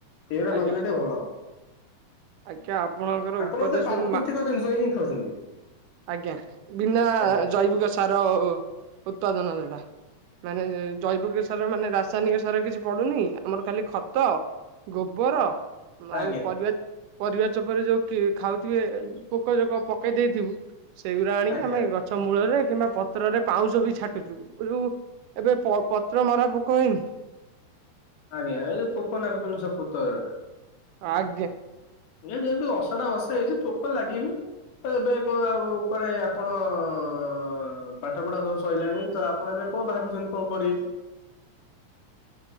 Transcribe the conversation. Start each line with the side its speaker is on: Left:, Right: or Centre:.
Left: ଏଗଡା
Right: ଆଜ୍ଞା
Left: ନଗଇଲେ ଟିକେ ଭଲ।
Right: ଆଜ୍ଞା ଆପଣଙ୍କର
Left: ଆପଣ
Right: ଉପଦେଶ
Left: ବୋଧେ ପ୍ରାକୃତିକ
Right: ମୁଁ ମା
Left: ଜିନିଷ ହିଁ ଖାଉଛନ୍ତି।
Right: ଆଜ୍ଞା ବିନା
Left: ଆଜ୍ଞା
Right: ଜୈବିକ ସାର ଉତ୍ପାଦନ <unintelligible> ମାନେ ଜୈବକ ସାର ମାନେ ରାସାୟନିକ ସାର କିଛି ପଡୁନି, ଆମର ଖାଲି ଖତ ଗୋବର ଆଉ
Left: ଆଜ୍ଞା
Right: ପରିବା-ପରିବା ଚୋପାରେ ଯୋଉ ଖାଉଥିବେ ପୋକ ଜୋକ ପକେଇ ଦେଇଥିବୁ ସେଇଗୁଡା ଆଣିକି
Left: ଆଜ୍ଞା
Right: ଆମେ ଗଛ ମୂଳରେ କିମ୍ବା ପତ୍ରରେ ପାଉଁଶ ବି ଛାଟୁଚୁ, ଯୋଉ ଏବେ ପ ପତ୍ର ମରା ପୋକ ହେଇ
Left: ଆଜ୍ଞା <unintelligible> ପୋକ ନଗୁଚନି ସବୁ ପତର ରେ।
Right: ଆଜ୍ଞା।
Left: ଏ ଯେନ୍ତି ଅସାଢ ମାସ ହେଇଚି ପୋକ ଲାଗିବେ। ତ ଏବେ କଣ ଆଉ କୁଆଡେ ଆପଣ ହ ପାଠପଢା ସବୁ ସଇଲାଣି ତ ଆପଣ ଏବେ କଣ ଭାବିଛନ୍ତି କଣ କରିବେ?